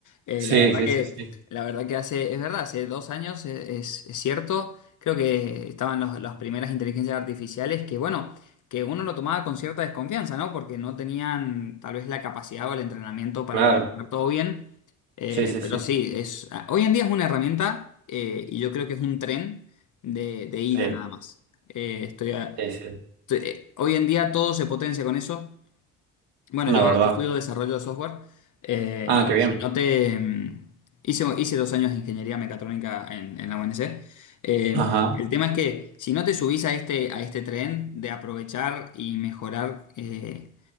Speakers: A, on the left (about 40°); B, on the right (about 60°).
A: Eh,
B: Sí,
A: la verdad
B: sí,
A: que,
B: sí, sí,
A: la verdad que hace, es verdad, hace dos años, eh, es, es cierto, creo que estaban los- las primeras inteligencias artificiales que, bueno, que uno lo tomaba con cierta desconfianza, ¿no? Porque no tenían tal vez la capacidad o el entrenamiento para
B: claro.
A: responder todo bien. Eh,
B: Sí, sí,
A: pero
B: sí,
A: sí, es, hoy en día es una herramienta eh, y yo creo que es un tren de, de ida
B: sí,
A: nada más. Eh, estoy a-
B: sí, sí,
A: te- eh, Hoy en día todo se potencia con eso. Bueno,
B: la
A: yo,
B: verdad.
A: yo estudio desarrollo de software. eh,
B: Ah,
A: Ok.
B: qué bien.
A: y si no te, mm, hice, hice dos años de ingeniería mecatrónica en, en la UNC. Eh,
B: Ajá.
A: el tema es que si no te subís a este, a este tren de aprovechar y mejorar eh,